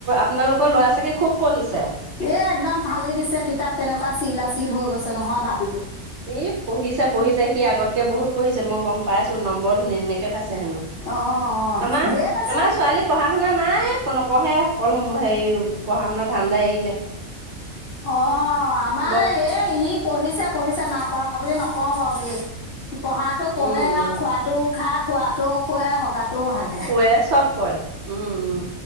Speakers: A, on the right (about 60°); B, on the left (about 55°).
A: আপোনালোকৰ ল'ৰা ছাগে খুব পঢ়িছে?
B: এ একদম ফালি দিছে কিতাপ কেনেকুৱা চিলা চিল হৈ গৈছে নহয় ভাক
A: ই পঢ়িছে পঢ়িছে সি আগতকে বহুত পঢ়িছে মই গম পাইছোঁ নম্বৰ ধোনী-ধুনীয়াকে পাইছে হেনো,
B: অঁ অঁ
A: আমাৰ,
B: ঢেৰ পাইছে
A: আমাৰ ছোৱালী পঢ়া পঢ়া শুনা নাই নপঢ়ে অকল হেৰি, পঢ়াশুনাৰ ধানদাই এৰিলে।
B: অ আমাৰ
A: বক
B: এই ই পঢ়িছে পঢ়িছে নাই পঢ়া বুলি নকওঁ বাৰু দেই। পঢ়াতো পঢ়ে
A: উম
B: আৰু
A: উম
B: খোৱাটো খাই শুৱাটো শুৱে হগাটো হাগে।
A: শুৱে চব কৰে, উম উম